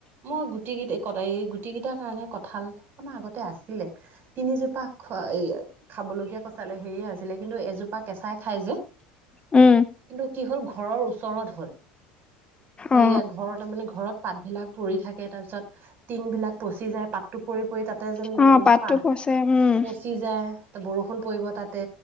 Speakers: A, on the right (about 45°); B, on the left (about 20°).
A: মই গুটিকেইট ক, এই গুটিকেইটাৰ কাৰণহে কঁঠাল আমাৰ আগতে আছিলে। তিনিজোপাক খোৱা এই খাবলগীয়া কঁঠাল হেৰিয়ে হৈছিলে কিন্তু এজোপা কেঁচাই খাই যে।
B: উম
A: কিন্তু কি হ'ল ঘৰৰ ওচৰত হ'ল।
B: অ
A: এইয়া ঘৰৰ তাৰমানে ঘৰত পাতবিলাক পৰি থাকে, তাৰপিছত টিংবলাক পচি যায়। পাত টোপৰি পৰি তাতে যেন
B: অ
A: উম,
B: পাতটো
A: পাহ
B: পচে উম
A: পচি ফুটি যায়, ত' বৰষুণ পৰিব তাতে,